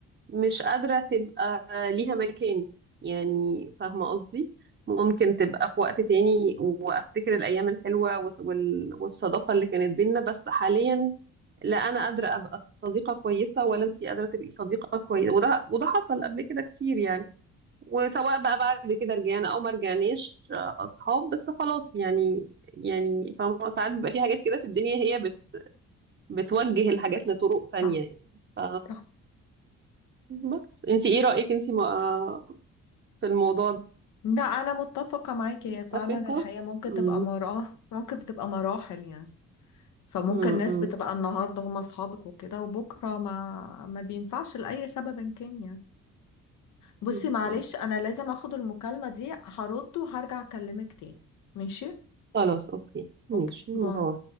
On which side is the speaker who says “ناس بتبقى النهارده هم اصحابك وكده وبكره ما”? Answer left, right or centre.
Left